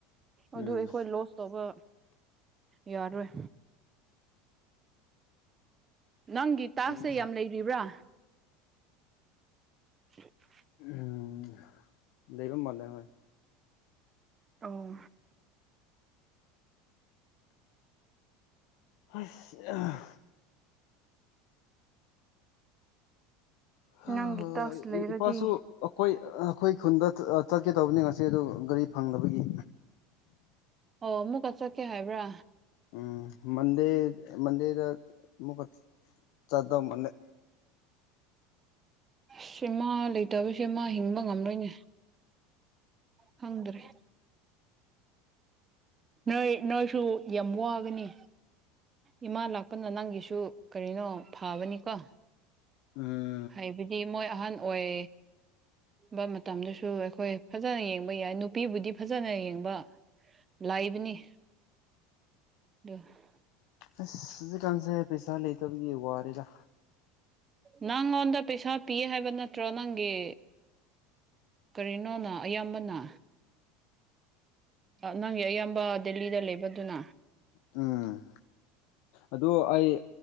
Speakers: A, on the left; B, on the right.
A: ꯎꯝ
B: ꯑꯗꯨ ꯑꯩꯈꯣꯏ ꯂꯣꯁ ꯇꯧꯕ ꯌꯥꯔꯣꯏ ꯅꯪꯒꯤ ꯇꯥꯛꯁꯁꯦ
A: ꯎꯝ
B: ꯌꯥꯝ ꯂꯩꯔꯤꯕ꯭ꯔꯥ <unintelligible>
A: ꯎꯝ ꯂꯩꯕ ꯃꯥꯜꯂꯦ ꯍꯣꯏ
B: ꯑꯣ
A: ꯑꯁ ꯑꯥ ꯍꯥ
B: ꯅꯪꯒꯤ ꯇꯥꯛꯁ ꯂꯩꯔꯗꯤ
A: ꯏꯄꯥꯁꯨ ꯑꯩꯈꯣꯏ ꯑꯩꯈꯣꯏ ꯈꯨꯟꯗ ꯆꯠꯀꯦ ꯇꯧꯕꯅꯤ ꯉꯁꯤ ꯑꯗꯨ ꯒꯥꯔꯤ ꯐꯪꯗꯕꯒꯤ
B: ꯑꯣ ꯑꯃꯨꯛꯀ ꯆꯠꯀꯦ ꯍꯥꯏꯕ꯭ꯔꯥ
A: ꯎꯝ ꯃꯟꯗꯦ ꯃꯟꯗꯦꯗ ꯑꯃꯨꯛꯀ ꯆꯠꯇꯧꯃꯥꯜꯂꯦ
B: ꯁꯤ ꯃꯥ ꯂꯩꯇꯕꯁꯦ ꯃꯥ ꯍꯤꯡꯕ ꯉꯝꯂꯣꯏꯅꯦ ꯈꯪꯗ꯭ꯔꯦ ꯅꯣꯏ ꯅꯣꯏꯁꯨ ꯌꯥꯝ ꯋꯥꯒꯅꯤ ꯏꯃꯥ ꯂꯥꯛꯄꯅ ꯅꯪꯒꯤꯁꯨ ꯀꯔꯤꯅꯣ ꯐꯕꯅꯤꯀꯣ
A: ꯎꯝ
B: ꯍꯥꯏꯕꯗꯤ ꯃꯣꯏ ꯑꯍꯟ ꯑꯣꯏ ꯕ ꯃꯇꯝꯗꯨꯁꯨ ꯑꯩꯈꯣꯏ ꯐꯖꯅ ꯌꯦꯡꯕ ꯌꯥꯏ ꯅꯨꯄꯤꯕꯨꯗꯤ ꯐꯖꯅ ꯌꯦꯡꯕ ꯂꯥꯏꯕꯅꯤ <unintelligible>
A: ꯑꯁ ꯍꯧꯖꯤꯛꯀꯥꯟꯁꯦ ꯄꯩꯁꯥ ꯂꯩꯇꯕꯤꯒꯤ ꯋꯥꯔꯦꯗ
B: ꯅꯪꯉꯣꯟꯗ ꯄꯩꯁꯥ ꯄꯤꯌꯦ ꯍꯥꯏꯕ ꯅꯠ ꯇ꯭ꯔꯣ ꯅꯪꯒꯤ ꯀꯔꯤꯅꯣꯅ ꯏꯌꯥꯝꯕꯅ ꯅꯪꯒꯤ ꯑꯌꯥꯝꯕ ꯗꯦꯜꯂꯤꯗ ꯂꯩꯕꯗꯨꯅ
A: ꯎꯝ ꯑꯗꯨ ꯑꯩ